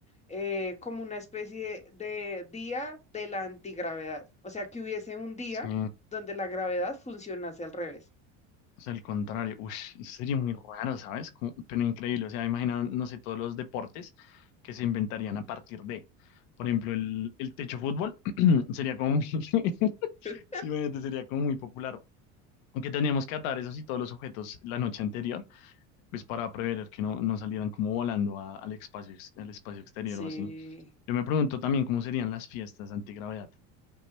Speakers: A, on the left; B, on the left.
A: eh, como una especie de día de la antigravedad, o sea, que hubiese un día
B: sí.
A: donde la gravedad funcionase al revés.
B: O sea, al contrario, ush, eso sería muy raro, ¿sabes? Como- pero increíble, o sea, imagina, no sé, todos los deportes que se inventarían a partir de, por ejemplo, el, el techo fútbol <clears throat> sería como muy, <laughs>
A: <laughs>
B: sí, obviamente sería como muy popular, aunque teníamos que atar esos y todos los objetos la noche anterior, pues para prever que no, no salieran como volando a- al espacio, ex- al espacio exterior
A: Sí.
B: o así. Yo me pregunto también cómo serían las fiestas antigravedad.